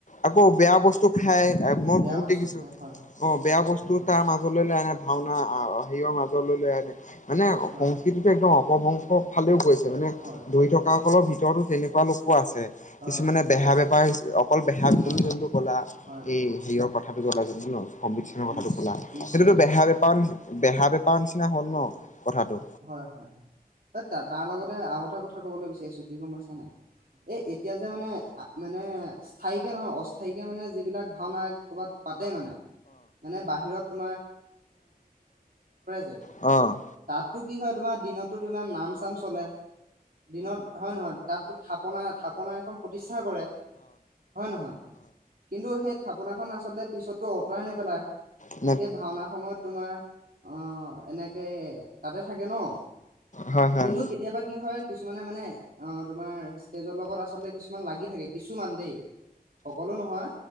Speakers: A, on the left; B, on the right.
A: আকৌ
B: অ
A: বেয়া বস্তু খায় মই
B: বেয়া
A: বহুত
B: বস্তু
A: দেখিছো
B: খাই হয় হয়
A: অহ বেয়া বস্তু
B: হয়
A: তাৰ মাজত মাজ লৈ আনে ভাওঁনা আহ হেৰিওৰ মাজলৈ লৈ আনে মানে
B: হয়
A: সংস্কৃতিতটো
B: হয় হয়
A: একদম অপভংশ ফালেও গৈছে মানে
B: হয়
A: ধৰি থকাসকলৰ ভিতৰত কিয়নো তেনেকুৱা লোকো আছে কিছুমানে
B: অ
A: বেহা বেপাৰ অকল বেহা বিপনী
B: হয়
A: যোনতো কলা
B: হয়
A: এই হেৰিয়ৰ কথাটো জলা কম্লিকেশনৰ কথাটো
B: নিশ
A: কলা।
B: নিশ্চয়
A: সেইটোতো
B: নিশ্চয়
A: বেহা বেপাৰ বেহা বেপাৰ নিচিনা হল ন কথাটো
B: হয়-হয- হয় তাৰ লগতে আৰু এটা কথা কবলৈ বিচাৰিছো কি গম আছা নাই এই এতিয়া যে মানে মানে স্থায়ি কে নহয় অস্থায়ী কে মানে যিবিলাক ভাওঁনা কৰ'বাত পাতে মানে মানে বাহিৰত তো যে
A: অহ
B: তাতো কি হয় তোমাৰ দিনতো তোমাৰ নাম চাম চলে দিনত হয় নহয় তাতো থাপনা থাপনা এখন প্ৰতিষ্ঠা কৰে হয় নহয় কিন্তু সেই থাপনাখন আচলতে পিছতো অঁতৰাই নেপেলাই
A: অহ
B: সেই ভাওনা সময়ত তোমাৰ অহ এনেকে তাতে থাকে ন
A: হয় হয়।
B: কিন্তু কেতিয়াবা কি হয় কিছুমানে মানে অহ তোমাৰ ষ্টেজৰ লগত আচলতে কিছুমান লাগি থাকে কিছুমান দেই সকলো নহয়